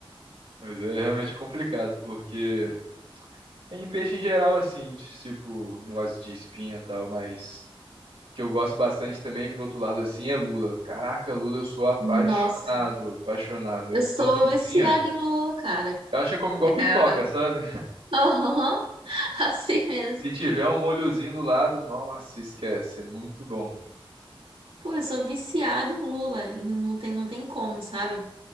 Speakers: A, on the right; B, on the right.
A: Mas é realmente complicado, porque em peixe em geral, assim, tipo, negócio de espinha e tal, mas que eu gosto bastante também, por outro lado, assim, é lula. Caraca, lula, eu sou apaixonado,
B: Nossa,
A: apaixonado.
B: Eu sou
A: Porçãozinha,
B: viciada em lula, cara.
A: eu acho que eu como igual
B: É.
A: pipoca, sabe?
B: Aham, <laughs> assim mesmo.
A: Se tiver um molhozinho do lado, nossa, esquece, é muito bom.
B: Pô, eu sou viciada em lula e não tem, não tem como, sabe?